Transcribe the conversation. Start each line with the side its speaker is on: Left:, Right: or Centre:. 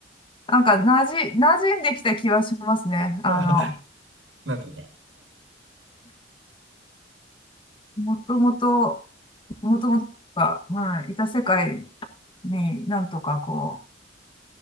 Left: なんか、なじ、馴染んできた気はしますね。あの、
Right: まあなんとか。
Left: もともと、もともとが、はい、いた世界になんとかこ